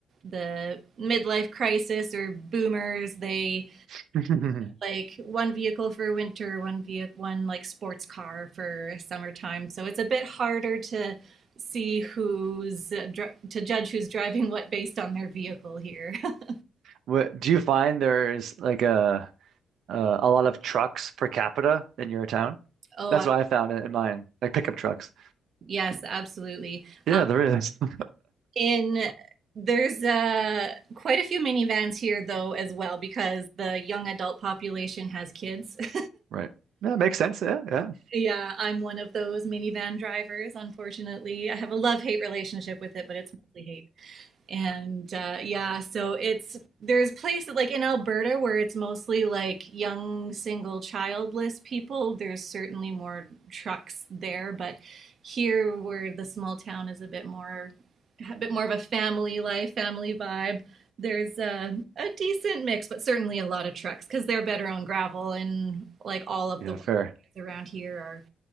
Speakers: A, on the right (about 55°); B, on the right (about 70°).
A: the midlife crisis or boomers, they
B: <laughs>
A: like one vehicle for winter, one vehicle, one like sports car for summertime. So it's a bit harder to see who's uh, dr- to judge who's driving what based on their vehicle here. <laughs>
B: What do you find there's like a uh, a lot of trucks per capita in your town.
A: oh,
B: That's what I found in, in mine, like pickup trucks.
A: yes, absolutely.
B: Yeah,
A: Um,
B: there is. <laughs>
A: in there's uh, quite a few minivans here though as well because the young adult population has kids. <laughs>
B: Right. Yeah, makes sense. Yeah, yeah,
A: Yeah, I'm one of those minivan drivers, unfortunately. I have a love-hate relationship with it, but it's mostly hate. and uh, yeah so it's there's places like in alberta where it's mostly like young single childless people there's certainly more trucks there but here where the small town is a bit more a bit more of a family life family vibe there's a, a decent mix but certainly a lot of trucks because they're better on gravel and like all of
B: yeah.
A: the work
B: Fair.
A: around here are